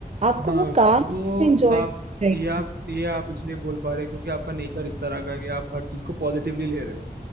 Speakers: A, on the right; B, on the right.
A: आपको
B: हाँ
A: वो काम
B: वो
A: एंजॉय
B: आप
A: करना चाहिए
B: ये आप ये आप इसलिए बोल पा रहे हो क्योंकि आपका नेचर इस तरह का है कि आप हर चीज को पॉजिटिवली ले रहे हो